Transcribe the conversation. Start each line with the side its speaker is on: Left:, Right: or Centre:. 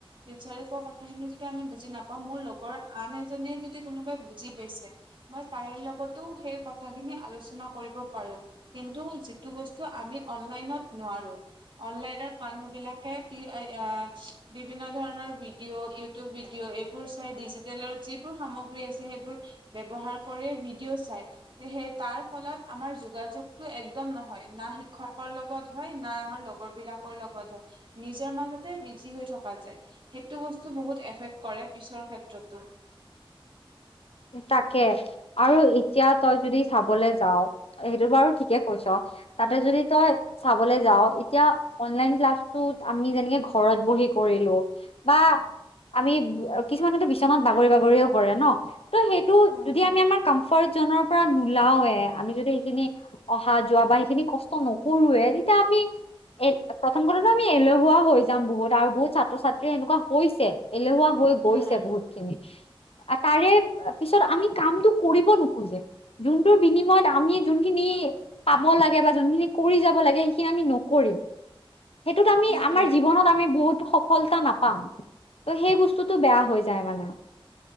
Right: টিচাৰ কোৱা কথাখিনি যদি আমি বুজি নাপাওঁ মোৰ লগত বৰ আন এজনে যদি কোনোবাই বুজি পাইছে মই তাইৰ লগতো সেই কথা। কথাখিনি আলোচনা কৰিব পাৰো কিন্তু যিটো বস্তু আমি অনলাইনত নোৱাৰো। অনলাইনত মানুহ বিলাকে <unintelligible> বিভিন্ন ধৰণৰ ভিডিঅ' ভিডিঅ' এইবোৰ চাই ডিজিটেলৰ যিবোৰ সামগ্ৰী আছে সেইবোৰ। ব্যৱহাৰ কৰি ভিডিঅ' চাই। সেই তাৰ ফলত আমাৰ যোগাযোগতো একদম নহয় না শিক্ষকৰ লগত হয় না আমাৰ লগৰ বিলাকৰ লগত হয় নিজৰ মাজতে বিজি হৈ থকা যায়। সেইটো বস্তু বহুত এফেক্ট কৰে পিছৰ ক্ষেত্ৰতো।
Left: তাকে আৰু এতিয়া তই যদি চাবলৈ যাও সেইটো বাৰু ঠিকে কৈছ। তাতে যদি তই। চাবলৈ যাওঁ এতিয়া অনলাইন ক্লাছটোত আমি যেনেকে ঘৰত বহি কৰিলো। বা আমি কিছুমানেতো বিচনাত বাগৰি বাগৰিও কৰে ন। ত' সেইটো
Right: হম
Left: যদি
Right: হম
Left: আমি আমাৰ কমফৰ্ট জনৰ নোলাওৱে আমি যদি সেইখিনি অহা যোৱাাবাহি খিনি কষ্ট নকৰোৱে তেতিয়া আমি এ প্ৰথম কথাাতটো আমি এলেহুৱা হৈ যাম বহুত আৰু বহুত ছাত্ৰ ছাত্ৰীয়ে এনেকুৱা হৈছে এলেহুৱা। গৈছে
Right: হা
Left: বহুত খিনি তাৰে পিছত আমি কামতটো কৰিব নোখোজে। যোনটোৰ বিনিময়ত আমি যোন খিনি। পাব লাগে বা যোনখিনি কৰি যাব লাগে সেইখিনি আমি নকৰিম। সেইটোত আমি
Right: সেইটোৱে
Left: আমাৰ জীৱনত আমি বহুত ফলতা নাপাম ত' সেই বস্তুতটো বেয়া হৈ যায় মানে।